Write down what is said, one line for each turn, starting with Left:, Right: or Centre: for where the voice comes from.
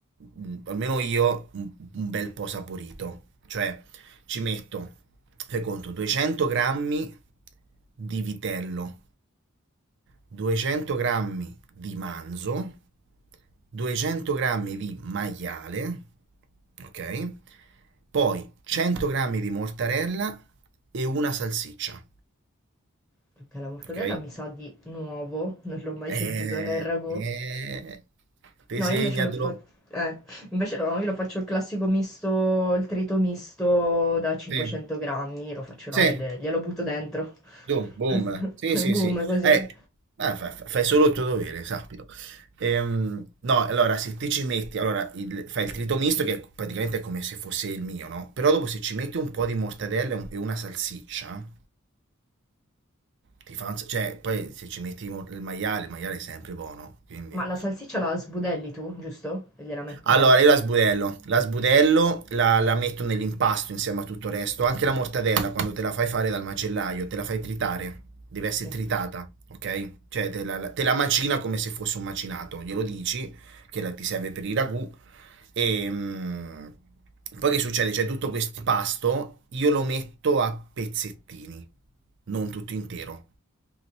Right: mm, almeno io, un, un bel po' saporito. Cioè ci metto, fai conto, 200 grammi di vitello, 200 grammi di manzo, 200 grammi di maiale, ok? Poi 100 grammi di mortarella e una salsiccia,
Centre: Perché la mortadella
Right: ok?
Centre: mi sa di nuovo, non l'ho mai
Right: Eh,
Centre: sentito nel ragù.
Right: eh, te
Centre: No,
Right: segnatelo.
Centre: io invece lo fa eh, invece no, io lo faccio il classico misto il trito misto da 500
Right: Sì,
Centre: grammi, lo faccio
Right: sì,
Centre: là e le glielo butto dentro.
Right: dum,
Centre: <laughs>
Right: boom.
Centre: Questo
Right: Sì,
Centre: <laughs> e
Right: sì,
Centre: boom,
Right: sì.
Centre: così.
Right: Eh, ah, fa- fa- fai solo il tuo dovere, sappilo. Ehm, no, allora, se te ci metti, allora, il- fai il trito misto, che praticamente è come se fosse il mio, no? Però dopo se ci metti un po' di mortadella e un- e una salsiccia, ti fa un sa- cioè, poi se ci metti mo- il maiale, il maiale è sempre buono, quindi...
Centre: Ma la salsiccia la sbudelli tu, giusto? E gliela metti
Right: Allora, io la sbudello, la sbudello, la, la metto nell'impasto insieme a tutto il resto, anche la mortadella quando te la fai fare dal macellaio, te la fai tritare, deve essere
Centre: sì.
Right: tritata, ok? Cioè te la, te la macina come se fosse un macinato, glielo dici che la- ti serve per i ragù e mm, poi che succede? C'è tutto questo impasto, io lo metto a pezzettini, non tutto intero